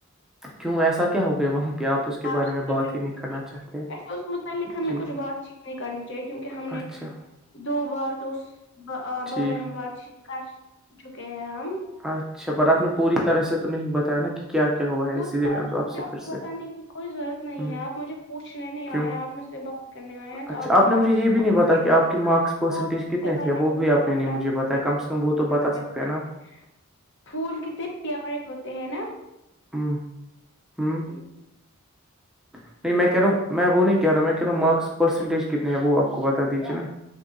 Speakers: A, in the centre; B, on the left.
A: کیوں ایسا کیا ہو گیا وہ <unintelligible> آپ اس کے بارے
B: سے
A: میں بات
B: بالکل
A: ہی نہیں کرنا چاہتے
B: ویسے اس متعلق ہمیں
A: جی
B: کچھ بات چیت نہیں کرنی چاہیے کیونکہ ہم
A: اچ
B: نے
A: اچھا
B: دو بار تو اس
A: ٹھیک
B: بارے میں بات چیت کر چکے ہیں ہم
A: اچھا پر آپ نے پوری طرح سے تو نہیں بتایا نا کہ کیا کیا ہوا ہے
B: پوری
A: اسی لیے
B: طرح
A: میں
B: سے مجھے آپ
A: پھر
B: کو
A: سے
B: بتانے کی کوئی ضرورت نہیں
A: ہوں
B: ہے آپ مجھے پوچھنے نہیں
A: کیوں
B: آئے آپ مجھ سے کرنے آئے ہیں تو
A: اچھا آپ نے مجھے
B: بات
A: یہ
B: چیت
A: بھی
B: کیجیے
A: نہیں بتا کہ آپ کے مارکس پرسنٹیج
B: تو اس
A: کتنے
B: کے بارے
A: تھے وہ
B: میں
A: بھی آپ
B: بہت
A: نے
B: کر
A: مجھے
B: سکتے
A: بتایا
B: ہیں
A: کم سے وہ
B: پھولوں
A: تو بتا
B: کے
A: سکتے
B: بارے
A: ہیں نا
B: میں پھول کتنے پیارے ہوتے ہیں نا
A: ہاں ہوں
B: ہم،
A: ہ نہیں میں کہہا ہ میں وہ نہیں کہہ رہا ہ میں کہ رہ ہ مارکس پرسنجٹ کتنے ہے وہ آپ کو بتا دیجے نا